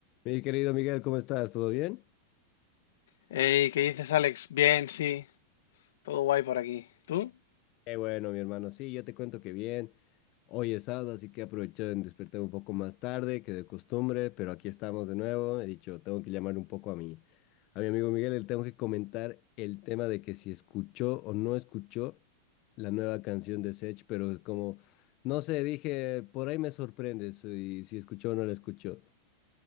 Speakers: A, on the left; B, on the left.
A: Mi querido Miguel, ¿cómo estás? ¿Todo bien?
B: Hey, ¿qué dices, Alex? Bien, sí, todo guay por aquí. ¿Tú?
A: Qué bueno, mi hermano. Sí, yo te cuento que bien. Hoy es sábado, así que he aprovechado en despertar un poco más tarde que de costumbre, pero aquí estamos de nuevo. He dicho, tengo que llamar un poco a mi, a mi amigo Miguel. Le tengo que comentar el tema de que si escuchó o no escuchó la nueva canción de Sech, pero como, no sé, dije, por ahí me sorprendes y si escuchó o no la escuchó.